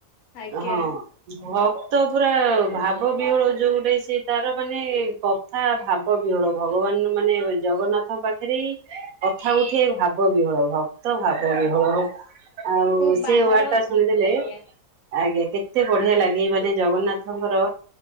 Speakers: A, on the left; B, on the right.
A: ଆଜ୍ଞା
B: ହଁ ହ ତ ପୁରା ଭାବ ବିହଳ ଯୋଉଟେ ସେ ତାର ମାନେ କଥା ଭାବ ବିହୋଳ ଭଗବାନ ମାନେ ଜଗନ୍ନାଥ ତାଙ୍କ ପାଖରେ କଥା ଉଠେ ଭାବ ବିହଳ ଭାବ ତ ଭାବ
A: ଆଜ୍ଞା
B: ବି ହଳ ହଉ। ଆଉ
A: କୋଉ
B: ସେ
A: ବାହାର
B: ୱାର୍ଡ ଟା ଶୁଣିଦେଲେ
A: ଆଜ୍ଞା
B: ଆ କେତେ ବଢିଆ ଲାଗେ ମାନେ ଜଗନ୍ନାଥଙ୍କର